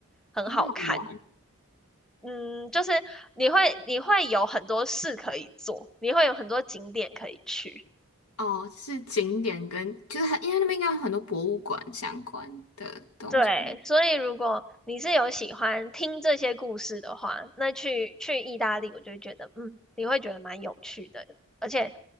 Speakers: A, in the centre; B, on the left (about 85°).
A: 很好看。
B: 很好玩。
A: 嗯，就是你会你会有很多事可以做，你会有很多景点可以去。
B: 哦，是景点跟就是很，因为那边应该有很多博物馆相关的东西。
A: 对，所以如果你是有喜欢听这些故事的话，那去去意大利，我就会觉得，嗯，你会觉得蛮有趣的，而且，